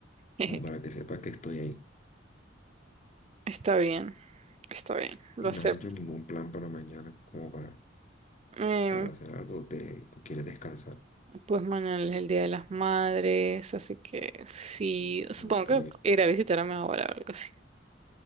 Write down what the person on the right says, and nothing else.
<laughs>
está bien, está bien, lo
acepto.
Em,
Pues mañana es el Día de las Madres, así que sí, supongo
que iré a visitar a mi abuela o algo así.